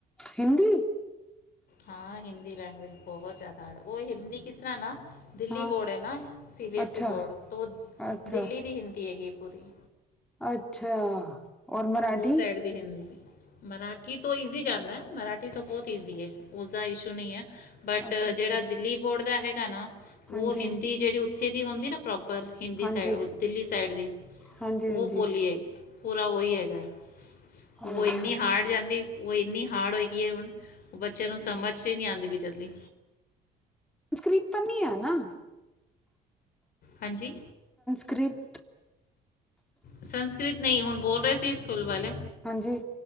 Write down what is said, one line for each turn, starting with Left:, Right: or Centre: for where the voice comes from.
Centre: ਹਿੰਦੀ।
Left: ਹਾਂ ਹਿੰਦੀ। ਲੈਂਗਵੇਏਜ। ਬਹੁਤ ਜ਼ਿਆਦਾ ਉਹ ਹਿੰਦੀ ਕਿਸ ਤਰ੍ਹਾਂ ਨਾ ਦਿੱਲੀ
Centre: ਹਾਂ
Left: ਬੋਰਡ ਹੈ ਨਾ ਸੀ ਬੀ ਐਸ
Centre: ਅੱਛਾ
Left: ਈ ਬੋਰਡ ਤੋਂ
Centre: ਅੱਛਾ
Left: ਦਿੱਲੀ ਦੀ ਹਿੰਦੀ ਹੈਗੀ। ਹੋਰ ਜੀ।
Centre: ਅੱਛਾ। ਔਰ ਮਰਾਠੀ
Left: ਵੋ ਸਾਈਡ ਦੀ ਹਿੰਦੀ। ਮਰਾਠੀ ਤੋਂ ਈਜ਼ੀ ਜਾਂਦਾ, ਮਰਾਠੀ ਤੋਂ ਬਹੁਤ ਈਜ਼ੀ ਏ, ਉਸਦਾ ਇਸ਼ੂ ਨਹੀਂ ਹੈ। ਬਟ
Centre: ਅੱਛਾ ਅੱਛਾ
Left: ਜਿਹੜਾ ਦਿੱਲੀ ਬੋਰਡ ਦਾ ਹੈਗਾ ਨਾ। ਵੋ
Centre: ਹਾਂਜੀ
Left: ਹਿੰਦੀ ਜਿਹੜੀ ਓਥ ਬੱਚੇ ਦੀ ਹੁੰਦੀ ਏ ਨਾ ਪ੍ਰੋ ਪਰ ਹਿੰਦੀ
Centre: ਹਾਂਜੀ
Left: ਸਾਈ ਦਿੱਲੀ ਸਾਈਡ ਦੀ
Centre: ਹਾਂਜੀ
Left: ਉਹ
Centre: ਹਾਂਜੀ
Left: ਬੋਲੀ ਆਈ। ਪੂਰਾ ਉਹੀ ਹੈਗਾ। <unintelligible>
Centre: ਹਾਂਜੀ
Left: ਵੋਂ ਇੰਨੀ ਹਾਰਡ ਜਾਂਦੀ। ਵੋਂ ਇੰਨੀ ਹਾਰਡ ਹੋਏਗੀ ਏ ਹੁਣ। ਬੱਚਿਆਂ ਨੂੰ ਸਮਝ 'ਚ ਨਹੀਂ ਆਉਂਦੀ। ਚੱਲੀ।
Centre: <unintelligible> ਹੀ ਆ ਨਾ।
Left: ਹਾਂਜੀ।
Centre: ਕ੍ਰਿਪ
Left: ਸੰਸਕ੍ਰਿਤ ਨਹੀਂ ਹੁਣ ਬੋਲ ਰਹੇ ਸੀ ਸਕੂਲ ਵਾਲੇ,
Centre: ਹਾਂਜੀ